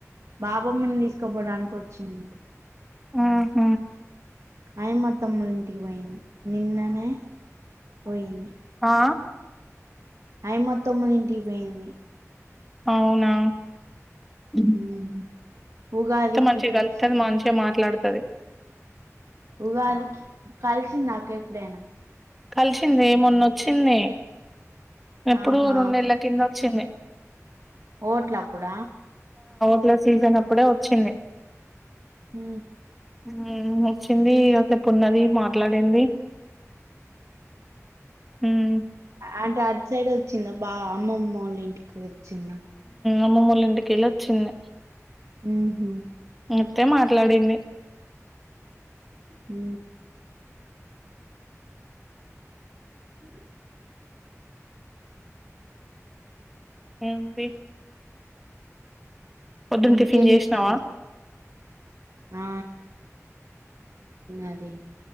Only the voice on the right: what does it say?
బాబమ్మని తీసుకుపోవడానికి వచ్చింది
అయిమ అత్తమ్మ ఇంటికి పోయింది నిన్ననే పోయింది
అయిమత్తమ్ము ఇంటికి పోయింది
ఉమ్ ఉగాదికి
పిలిచి
ఉగాదికి కలిసింది నాక ఎప్పుడైనా
ఆహా
ఓట్లా అపుడ
హ
అంటే అటు సైడ్ వచ్చింది బా అమ్మమ్మలోఇంటికి చిన్న
ఆ హ
హ ఇ
ఇంకేం
చేతనవ్ ఆ అదే